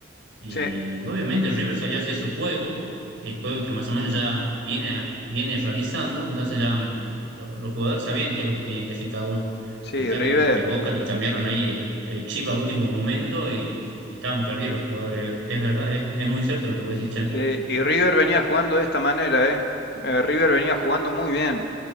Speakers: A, on the right (about 80°); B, on the left (about 55°).
A: y
B: Sí,
A: obviamente River salió a hacer su juego, el juego que más o menos ya viene, viene realizando, entonces ya mm, lo- los jugadores sabían qué es lo que tenían que hacer cada uno.
B: sí,
A: En cambio,
B: River.
A: como que a Boca le cambiaron ahí el, el chip a último momento y, y estaban perdidos los jugadores, es es verdad, es, es muy cierto lo que vos decís. che.
B: Sí, y River venía jugando de esta manera, ¿eh? Eh, River venía jugando muy bien.